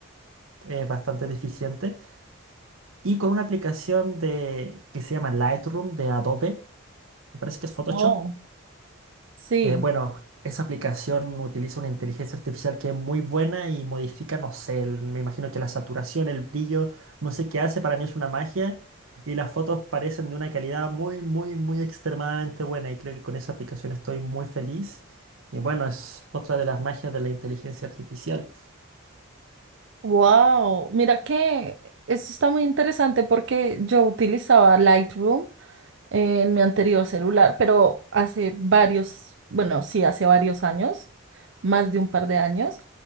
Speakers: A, on the right; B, on the right.
A: es bastante deficiente. Y con una aplicación de, que se llama Lightroom de Adobe, me parece que es Photoshop,
B: Oh, sí.
A: Eh, bueno, esa aplicación utiliza una inteligencia artificial que es muy buena y modifica, no sé, el- me imagino que la saturación, el brillo, no sé qué hace, para mí es una magia y las fotos parecen de una calidad muy, muy, muy extremadamente buena y creo que con esa aplicación estoy muy feliz y bueno, es otra de las magias de la inteligencia artificial.
B: Wow, mira que eso está muy interesante porque yo utilizaba Lightroom en mi anterior celular, pero hace varios, bueno, sí, hace varios años, más de un par de años,